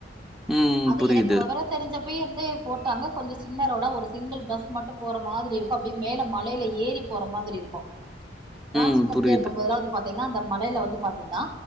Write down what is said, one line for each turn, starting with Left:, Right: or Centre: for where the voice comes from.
Centre: ம்.
Right: அது
Centre: புரியுது.
Right: எனக்கு வெவரோ தெரிஞ்சப்பயேருந்து போட்டாங்க கொஞ்ச சின்னரோடா ஒரு சிங்கிள் பஸ் மட்டு போற மாரி இருக்கூ அப்டி மேல மலையில ஏறி போற மாதிரி இருக்கூ நா
Centre: ம்.
Right: சின்ன
Centre: புரியுது.
Right: பிள்ளையா இருக்கும் போதெல்லா பாத்தீங்ன்னா அந்த மலைல வந்து பாத்தீங்ன்னா